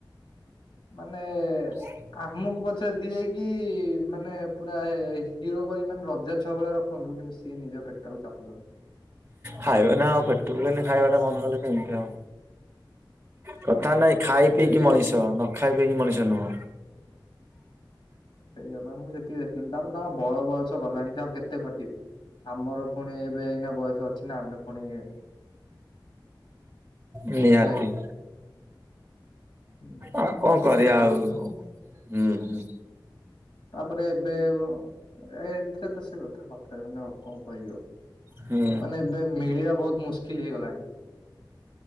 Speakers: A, on the left; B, on the right.
A: ମାନେ
B: <inaudible>
A: ଆମକୁ ପଛରେ ଦିଇକି ମାନେ ପୁରା ହିରୋ କରିକି ମାନେ ରଜା ଛୁଆ ଭଳି ର ସିଖନ୍ତୁ କିନ୍ତୁ ସିଏ ନିଜ ପେଟ ଟାକୁ ଚାପୁଚନ୍ତି।
B: ଖାଇବେ ନା ଆଉ ପେଟକୁ କେମିତି ଖାଇବାଟା ବ ନ ଖାଇଲେ କେମିତି ହବ କଥା ନାଇଁ ଖାଇ
A: ମୁଁ
B: ପିଇକି
A: ଯେତିକି
B: ମଣିଷ
A: ଦେଖିଲିଣି
B: ନ ଖାଇ ପିଇକି ମଣିଷ ନୁହଁ।
A: ସେଇଆ ପାଇଁ ମୁଁ ଯେତିକି ଦେଖିଲି ତାପରେ ତାଙ୍କ ବଳ ବୟସ ଗଲାଣି ସେ ଆଉ କେତେ ଖଟିବେ। ଆମର ପୁଣି ଏବେ ଏଇନା ବୟସ ଅଛି ନା ଆମେ ପୁଣି
B: ନିହାତି।
A: କି ହୁଁ
B: ଆ କଣ
A: ସେଇଟା
B: କରିବା
A: ହଉଛି
B: ଆଉ
A: କଥା
B: ହୁଁ ହୁଁ।
A: ତାପରେ ଏବେ ବ ଏଥିରେ ତ ସେ କଥା କଥା ହେଉନି ଆଉ କଁ କହିବି ଆଉ।
B: ହୁଁ
A: ମାନେ ଏବେ ମିଳିବା ବହୁତ ମୁସ୍କିଲ ହେଇଗଲାଣି।